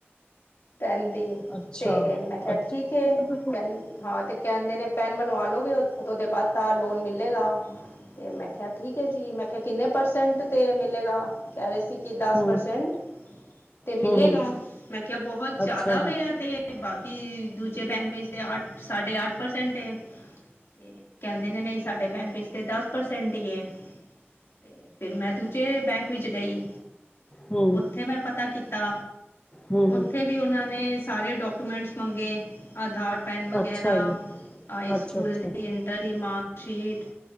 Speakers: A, on the left; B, on the left.
A: ਪੈਨ ਦੀ
B: ਅੱਛਾ
A: ਤੇ ਮੈਂ ਕਿਹਾ
B: ਅੱਛਾ
A: ਠੀਕ ਏ
B: <unintelligible>
A: ਕਹਿੰ ਹਾਂ ਤੇ ਕਹਿੰਦੇ ਨੇ ਪੈਨ ਬਣਵਾ ਲੋਗੇ ਓ ਉਹਦੇ ਬਾਅਦ ਤਾਂ ਲੋਨ ਮਿਲੇਗਾ ਮੈਂ ਕਿਹਾ ਠੀਕ ਹੈ ਜੀ ਮੈਂ ਕਿਹਾ ਕਿੰਨੇ ਪਰਸੈਂਟ 'ਤੇ ਮਿਲੇਗਾ ਕਹਿ ਰਹੇ ਸੀ ਕਿ ਦਸ
B: ਹੂੰ
A: ਪ੍ਰਸੈਂਟ ਤੇ ਮਿਲੇਗਾ
B: ਹੂੰ ਹੂੰ
A: ਮੈਂ ਕਿਹਾ ਬਹੁਤ ਜ਼ਿਆਦਾ
B: ਅੱਛਾ ਜੀ
A: ਵੇ ਆ ਤੇ ਬਾਕੀ ਦੂਜੇ ਬੈਂਕ ਵਿੱਚ ਤੇ ਅੱਠ ਸਾਡੇ ਅੱਠ ਪਰਸੈਂਟ ਏ ਤੇ ਕਹਿੰਦੇ ਨੇ ਨਹੀਂ ਸਾਡੇ ਬੈਂਕ ਵਿਚ ਤੇ ਦਸ ਪਰਸੈਂਟ ਈ ਏ ਤੇ ਫਿਰ ਮੈਂ ਦੂਜੇ ਬੈਂਕ ਵਿੱਚ ਗਈ
B: ਹੂੰ
A: ਉੱਥੇ ਮੈਂ ਪਤਾ ਕੀਤਾ
B: ਹੂੰ ਹੂੰ
A: ਉੱਥੇ ਵੀ ਉਹਨਾਂ ਨੇ ਸਾਰੇ ਡਾਕੂਮੈਂਟਸ ਮੰਗੇ ਆਧਾਰ ਪੈੱਨ ਵਗੈਰਾ
B: ਅੱਛਾ ਜੀ
A: ਹਾਈ
B: ਅੱਛਾ
A: ਸਕੂਲ
B: ਅੱਛਾ
A: ਦੀ ਇੰਟਰ ਦੀ ਮਾਰਕਸ਼ੀਟ